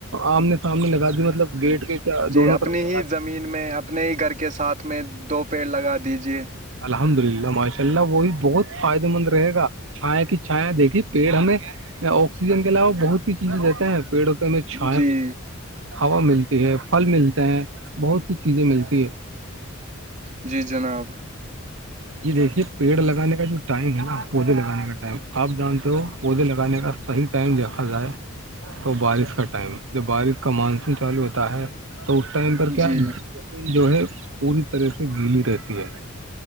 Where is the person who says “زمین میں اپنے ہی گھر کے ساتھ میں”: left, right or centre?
Right